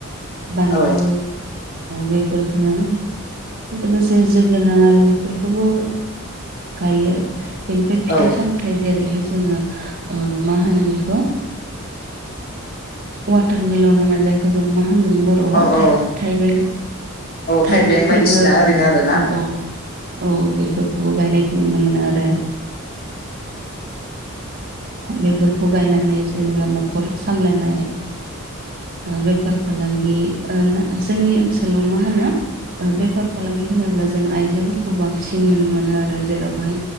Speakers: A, on the right; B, on the left.
A: बानलु
B: औ
A: बेफोरफोरखौोनो लोगोसे जोगोनार बेफोरखौबो गायो बेनिफ्राय फिथाइ
B: औ
A: सामथायाइ जेरैहाय जोङो मा होनो बेखौ वाटार मिलन होनो जायखौ जों मा होनगोन बर' बर
B: औ
A: थाइबें
B: औ औ
A: थाइबें फोरबो
B: बायदिसिना ओरैनो आरोना
A: औ औ औ बेफोरखौबो गायनायखौ नुनो मोनो आरो बेफोरखौ गायनानै जेनेबा न'खर सामलायनाय बेफार फालांगि जोंनि ओनसोलाव मा होनो बेफार फालांगि होनोब्ला जों आइजोफोरखौ बांसिन नुनो मोनो आरो जेरावहाय